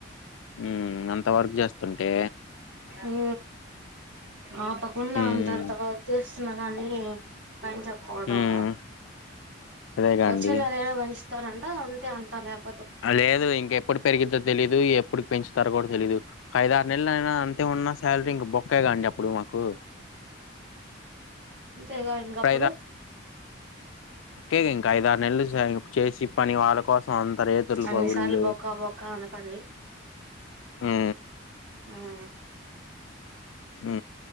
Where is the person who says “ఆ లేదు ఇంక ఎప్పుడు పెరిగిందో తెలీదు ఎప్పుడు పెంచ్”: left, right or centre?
Left